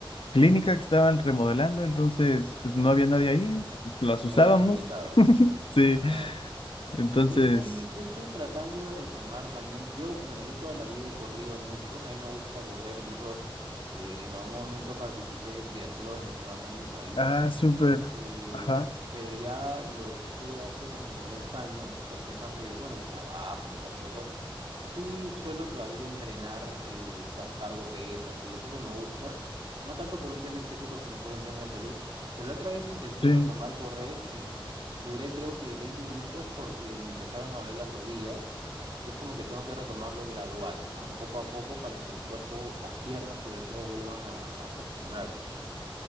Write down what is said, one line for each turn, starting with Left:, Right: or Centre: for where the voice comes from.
Left: clínica que estaban remodelando, entonces pues no había nadie ahí, las
Right: Y
Left: usábamos,
Right: ahí aprovechabas.
Left: sí,
Right: Claro.
Left: entonces,
Right: Yo estoy, yo estoy tratando de retomar también. Yo, bueno, yo toda la vida he corrido mucho. A mí me gusta correr. Incluso eh, en algún momento participé de triatlones, ¿no? Acá en mi país.
Left: ah, súper,
Right: Eh,
Left: ajá,
Right: pero ya lo dejé hace como dos años por temas de, bueno, de trabajo y esas cosas. Sí, suelo todavía entrenar, eh, o sea, cargo pesas y eso, pues me gusta. No tanto por un tema estético, sino por un tema de salud. Pero la otra vez intenté
Left: sí.
Right: retomar correr y duré creo que 20 minutos porque me empezaron a doler las rodillas y es como que tengo que retomarlo gradual, ¿no? Poco a poco para que el cuerpo, las piernas sobre todo, vuelvan a a acostumbrarse.